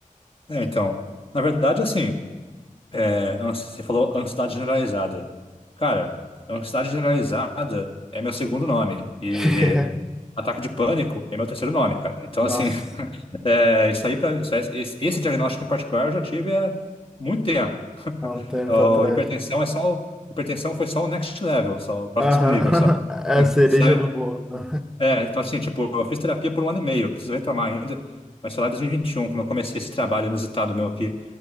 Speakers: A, on the left (about 40°); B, in the centre.
A: é, então, na verdade, assim, é, ans- você falou ansiedade generalizada. Cara, ansiedade generalizada é meu segundo nome e
B: <laughs>
A: ataque de pânico é meu terceiro nome, cara. Então,
B: Nossa,
A: assim, <laughs> É, isso aí para esse, esse diagnóstico em particular eu já tive há muito tempo. <laughs>
B: há um tempo
A: A
B: atrás.
A: hipertensão é só o- hipertensão foi só o next level, só o próximo
B: Aham,
A: nível, só.
B: <laughs> é a cereja
A: Sabe?
B: do bolo, né?
A: É, então assim, tipo, eu fiz terapia por um ano e meio, preciso retomar ainda, mas foi lá em 2021, quando eu comecei esse trabalho inusitado meu aqui